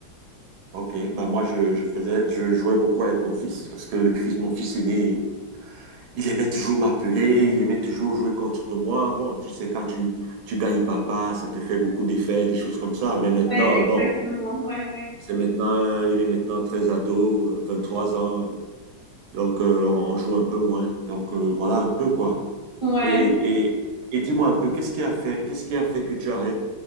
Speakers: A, on the right (about 80°); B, on the left (about 25°).
A: Ok. Bah, moi, je, je faisais, je jouais beaucoup avec mon fils parce que le fils, mon fils aîné, il aimait toujours m'appeler, il aimait toujours jouer contre moi. Bon, tu sais, quand tu, tu gagnes papa, ça te fait beaucoup d'effets, des choses comme ça. Mais maintenant,
B: Ouais,
A: bon,
B: exactement. Ouais, ouais.
A: c'est maintenant, il est maintenant très ado, euh, trois ans. euh, Donc, euh, on joue un peu moins. Donc, euh, voilà un peu quoi.
B: Ouais.
A: Et, et, et dis-moi un peu, qu'est-ce qui a fait, qu'est-ce qui a fait que tu arrêtes